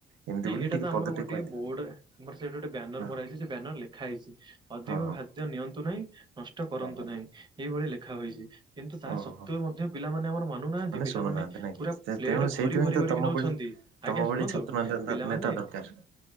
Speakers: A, on the right (about 85°); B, on the right (about 20°).
A: ଏମିତି
B: ନାଇଁ
A: ବୋଲି
B: ଏଇଟା
A: ଟିକେ
B: ତ
A: ପଦଟେ
B: ଆମର ଗୋଟେ
A: କହିଦିଅ
B: ବୋର୍ଡ ଆମର ସେଇଟା ଗୋଟେ ବ୍ୟାନର
A: ହଁ
B: ମରା ହେଇଛି ସେ ବାନର ଲେଖା ହେଇଛି। ଅଧିକ
A: ହଁ ହଁ
B: ଖାଦ୍ୟ ନିଅନ୍ତୁ ନାହିଁ ନଷ୍ଟ କରନ୍ତୁ
A: ହଁ ହଁ
B: ନାହିଁ। ଏଇଭଳି ଲେଖା ହୋଇଛି କିନ୍ତୁ ତାହା
A: ଓହୋ
B: ସତ୍ତ୍ୱେ
A: ହୋ
B: ମଧ୍ୟ ପିଲାମାନେ ଆମର ନାହାନ୍ତି, ପିଲାମାନେ
A: ଶୁଣୁନାହାନ୍ତି ନାଇଁ
B: ପୁରା
A: କି
B: ପ୍ଲେଟ
A: ତେଣୁ
B: ଭରି
A: ସେଇଥିପାଇଁ
B: ଭରିିକି
A: ତ ତମ
B: ନଉଛନ୍ତି
A: ଭଳି ତମ
B: ଆଜ୍ଞା
A: ଭଳି
B: ଶୁଣନ୍ତୁ,
A: ଛାତ୍ର
B: ପିଲାମାନେ
A: ନେତା ଦରକାର